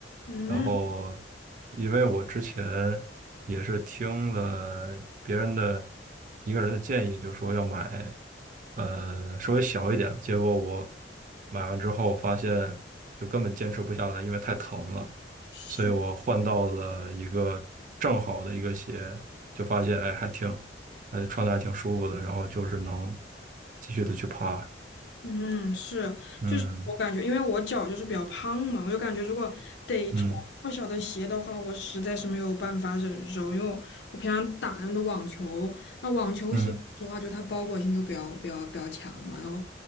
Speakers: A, on the left; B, on the right.
A: 嗯。
B: 然后，因为我之前也是听了别人的一个人的建议，就说要买呃稍微小一点，结果我买完之后发现就根本坚持不下来，因为太疼了。
A: 是。
B: 所以我换到了一个正好的一个鞋，就发现哎还挺，呃穿的还挺舒服的，然后就是能继续的去爬，
A: 嗯，是，
B: 嗯
A: 就是我感觉，因为我脚就是比较胖嘛，我就感觉如果得穿那么小的鞋的话，
B: 嗯
A: 我实在是没有办法忍受，因为我我平常打那种网球，那网球鞋说实话，
B: 嗯
A: 就它包裹性就比较比较比较强嘛，然后